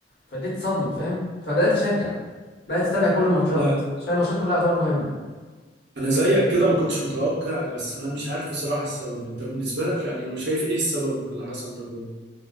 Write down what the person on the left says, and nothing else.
فديت صدمه فاهم فبدات اشجع بدات اتابع كل الماتشات
عشان الماتشات كلها يعتبر مهمه